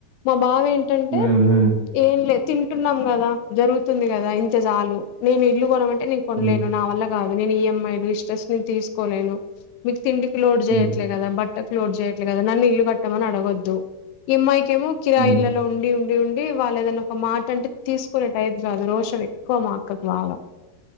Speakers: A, on the left; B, on the right.
A: మమ్ బావ ఏంటంటే
B: హ్మ్. హ్మ్.
A: ఏం లేదు తింటున్నాం కదా జరుగుతుంది కదా ఇంత చాలు నేను ఇల్లు కొనమంటే నేను కొనలేను
B: హ్మ్.
A: నా వల్ల కాదు నేను ఈఎంఐ ఇ స్ట్రెస్ నేను తీసుకోలేను మీకు తింకి లోడ్ చేయట్లే
B: హ్మ్.
A: కదా బట్ క్లోడ్ చేయట్లే కదా నన్న ఇల్లు కట్టమని అడగొద్దు ఈమ్మాయికిమో కిరాయి
B: హ్మ్.
A: ఇల్లలో ఉండి ఉండి ఉం డి వాళ్ళ ఏదైనా ఒక మాట అంటే తీసుకునే టైప్ కాదు రోషం ఎక్కువ మా అక్కకు బాగా